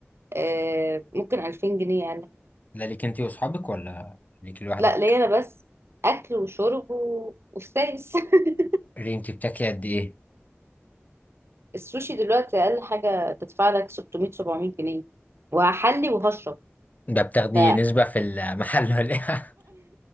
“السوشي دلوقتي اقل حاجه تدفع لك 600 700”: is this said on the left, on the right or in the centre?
Right